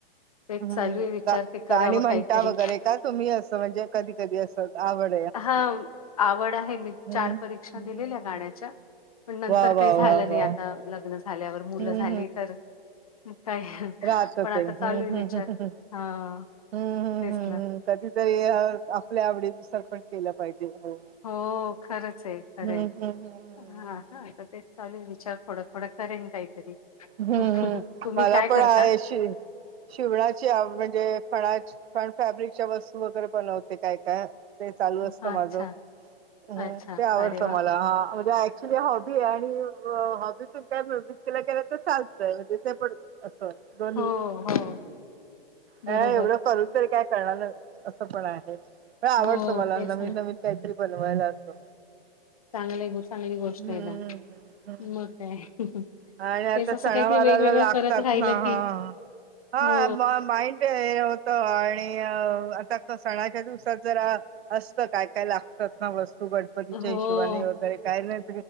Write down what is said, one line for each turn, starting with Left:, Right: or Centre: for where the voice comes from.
Left: तेच
Right: हम्म,
Left: चालू आहे विचार ते करावं
Right: गाणी म्हणता
Left: काहीतरी.
Right: वगैरे का तुम्ही? असं म्हणजे कधी कधी असं आवड
Left: हा, आवड आहे, मी
Right: हम्म
Left: चार
Right: हम्म
Left: परीक्षा
Right: हम्म.
Left: दिलेल्या गाण्याच्या. पण नंतर
Right: वा वा
Left: काही झालं
Right: वा
Left: नाही
Right: वा
Left: आता, लग्न झाल्यावर
Right: हम्म
Left: मुलं झाली तर, काय
Right: राहतं
Left: पण आता
Right: ते, हम्म
Left: चालू
Right: हम्मम्मम्म
Left: आहे विचार.
Right: हम्म
Left: हां,
Right: हम्म
Left: तेच
Right: हम्म हम्म
Left: ना.
Right: कधीतरी आपल्या आवडीनुसार पण केलं पाहिजे. हो हम्म
Left: हो, खरंच ए, खरं
Right: हम्म
Left: ए,
Right: हम्म हम्म हम्म.
Left: हा हा आता तेच चालू ए विचार थोडा थोडा करेन काहीतरी,
Right: हम्म हम्म
Left: तुम्ही
Right: मला
Left: काय
Right: पण
Left: करता?
Right: आहे शि शिवणाची आव म्हणजे ख खण फॅब्रिकच्या वस्तू वगैरे बनवते ते काय काय, ते चालू असत
Left: अच्छा,
Right: माझ, ते
Left: अच्छा.
Right: आवडतं
Left: अरे वाह!
Right: मला, हा म्हणजे अक्तुअली हॉबी ए आणि हॉबी प काय विकतीला केला तर चालतंय म्हणजे ते पण असं दोन्ही,
Left: हो, हो.
Right: अ
Left: बरोबर.
Right: एवढं करून तरी काय करणार ना अस पण आहे, आवडतं
Left: हो
Right: मला
Left: तेच
Right: नवीन
Left: ना
Right: नवीन काहीतरी बनवायला असतो.
Left: चांगलं ए ग, चांगली गोष्ट
Right: हम्म
Left: ए ना
Right: हम्म हम्म
Left: मग काय?
Right: आणि आता
Left: तेच असं
Right: सणावाराला
Left: काहीतरी वेगवेगळं
Right: लागतात
Left: करत राहिलं
Right: ना,
Left: की
Right: हा हा,
Left: हो,
Right: म माईंड हे होत आणि आता सणाच्या दिवसात जरा असत, काय काय लागतात ना वस्तूपण गणपतीच्या
Left: हो
Right: हिशोबाने वगैरे, काय नाय,